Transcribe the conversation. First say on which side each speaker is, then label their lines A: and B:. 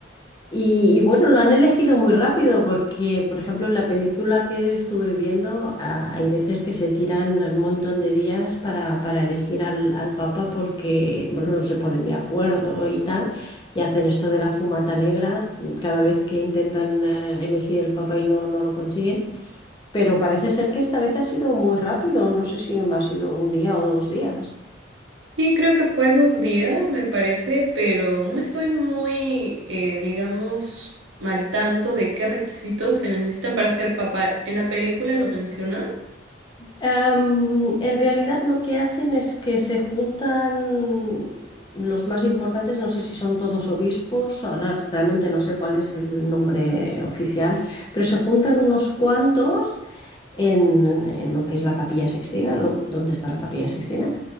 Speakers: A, on the left; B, on the right.
A: Y, y bueno, lo han elegido muy rápido porque, por ejemplo, en la película que estuve viendo, ah, hay veces que se tiran un montón de días para, para elegir al, al Papa porque, bueno, no se ponen de acuerdo y tal, y hacen esto de la fumata negra cada vez que intentan eh, elegir el Papa y no, no lo consiguen. Pero parece ser que esta vez ha sido muy rápido, no sé si ha sido un día o dos días.
B: Sí, creo que fue dos días, me parece, pero no estoy muy, eh, digamos, al tanto de qué requisitos se necesitan para ser papá. En la película lo menciona.
A: Em, en realidad lo que hacen es que se juntan los más importantes, no sé si son todos obispos, ahora realmente no sé cuál es el nombre oficial, pero se juntan unos cuantos en, en lo que es la Capilla Sixtina, lo- donde está la Capilla Sixtina,